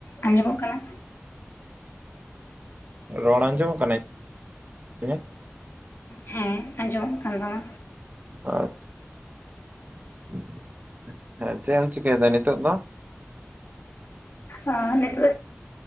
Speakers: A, on the left (about 60°); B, on the right (about 35°).
A: ᱟᱸᱡᱚᱢᱚᱜ ᱠᱟᱱᱟ?
B: ᱨᱚᱲ ᱟᱸᱡᱚᱢ ᱠᱟᱱᱟ ᱤᱧᱟᱹᱜ?
A: ᱦᱮᱸ ᱟᱸᱡᱚᱢᱚᱜ ᱠᱟᱱ ᱛᱟᱢᱟ᱾
B: ᱟ <inaudible> ᱦᱮᱸ ᱪᱮᱫ ᱮᱢ ᱪᱤᱠᱟᱹᱭᱮᱫᱟ ᱱᱤᱛᱳᱜ ᱫᱚ?
A: ᱚ ᱱᱤᱛᱚᱜ